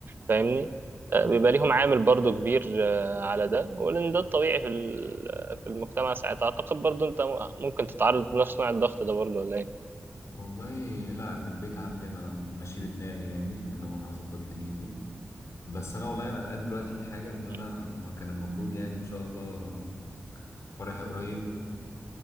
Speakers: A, on the right; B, on the left.
A: فاهمني آه،
B: م.
A: بيبقى ليهم عامل برضو كبير آه، على ده ولأن ده الطبيعي في ال- في المجتمع ساعتها أعتقد برضو أنت م- ممكن تتعرض لنفس نوع الضغط ده برضو ولا إيه؟
B: والله لا في البيت عندي أنا ماشي بدماغي يعني اللي هو أنا هظبط دنيتي بس أنا والله قلقان دلوقتي من حاجة إن أنا
A: مم.
B: ما كان المفروض يعني إن شاء الله فرحي قريب